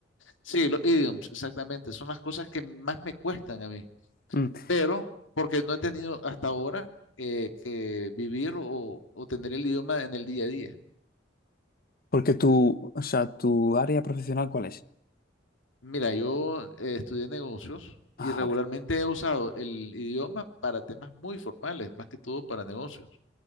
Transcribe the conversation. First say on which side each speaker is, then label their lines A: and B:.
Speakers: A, on the left; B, on the left.
A: sí, los idioms, exactamente, son las cosas que más me cuestan a mí
B: Mm,
A: pero porque no he tenido hasta ahora eh, que vivir o, o tener el idioma en el día a día.
B: Porque tu, o sea, tu área profesional, ¿cuál es?
A: Mira, yo eh, estudié negocios
B: Ah,
A: y regularmente
B: vale,
A: he usado el idioma para temas muy formales, más que todo para negocios.